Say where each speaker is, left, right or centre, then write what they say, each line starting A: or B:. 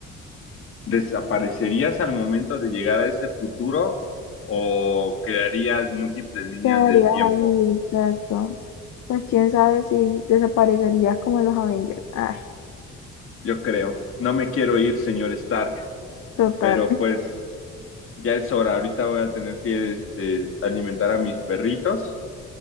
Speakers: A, on the left; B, on the left.
A: ¿desaparecerías al momento de llegar a ese futuro o crearías múltiples líneas
B: Quedarías
A: del tiempo?
B: ahí, exacto. Pues quién sabe si desaparecerías como en los Avengers. Ay,
A: Yo creo. No me quiero ir, señor Stark,
B: total.
A: pero
B: <laughs>
A: pues ya es hora. Ahorita voy a tener que este, alimentar a mis perritos